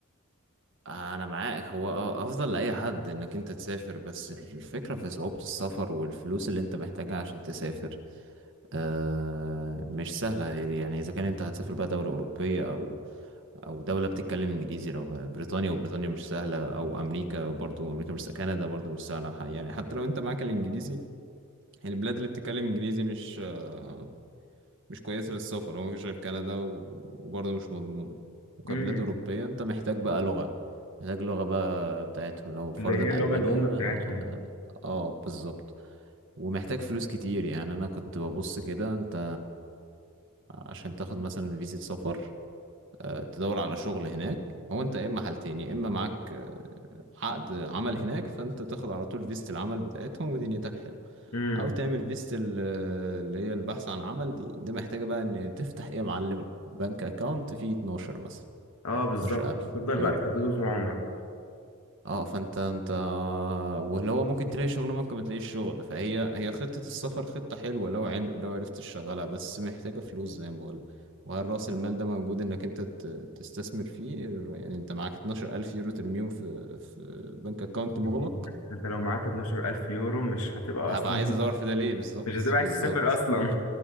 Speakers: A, on the right; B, on the left.
A: انا معاك هو اه افضل لاي حد انك انت تسافر بس الفكره في صعوبه السفر والفلوس اللي انت محتاجها عشان تسافر آه مش سهلة يعني إذا كان أنت هتسافر بقى دولة أوروبية أو أو دولة بتتكلم إنجليزي لو بريطانيا وبريطانيا مش سهلة أو أمريكا برضو أمريكا مش سهلة، كندا برضو مش سهلة ح- يعني حتى لو أنت معاك الإنجليزي يعني البلاد اللي بتتكلم إنجليزي مش آه، مش كويسة للسفر هو مفيش غير كندا و- وبرضه مش مضمونة وكبلاد
B: امم
A: أوروبية أنت محتاج بقى لغة محتاج لغة بقى بتاعتهم لو فرضا
B: اللي هي اللغة
A: ألمانيا
B: الام
A: اه
B: بتاعتهم
A: آه، بالظبط ومحتاج فلوس كتير يعني أنا كنت ببص كده أنت عشان تاخد مثلا فيزة سفر آه، تدور على شغل هناك هو أنت يا إما حالتين يا إما معاك عقد عمل هناك فانت تاخد على طول فيزة العمل بتاعتهم ودنيتك حلوة
B: امم
A: او تعمل فيزة ال- اللي هي البحث عن عمل دي ده محتاجة بقى ان تفتح ايه يا معلم بنك اكاونت فيه 12 مثلا
B: اه بالظبط
A: 12000
B: وتفضل
A: يورو
B: بقى تهدده طول عمرك
A: اه فانت انت واللي هو ممكن تلاقي شغل ممكن ما تلاقيش شغل فهي هي خطة السفر خطة حلوة لو عن... لو عرفت تشغلها بس محتاجة فلوس زي ما بقول وهل رأس المال ده موجود انك انت ت- تستثمر فيه يعني انت معاك 12000 يورو ترميهم في في بنك اكاونت
B: <laughs>
A: مغلق
B: انت لو معاك 12000 يورو مش هتبقى
A: هبقى
B: اصلا
A: عايز ادور في ده ليه بالظبط
B: مش هتبقى عايز
A: بالظبط
B: تسافر اصلا